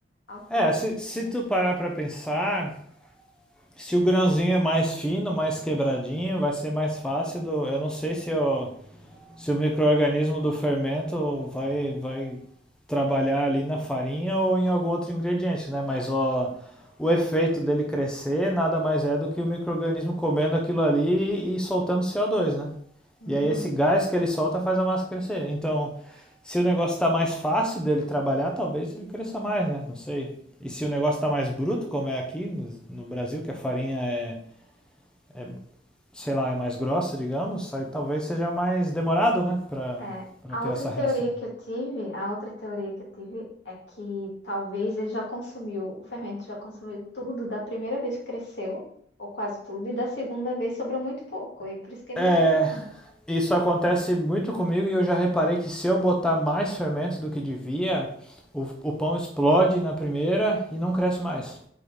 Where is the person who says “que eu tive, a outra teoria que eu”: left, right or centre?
Left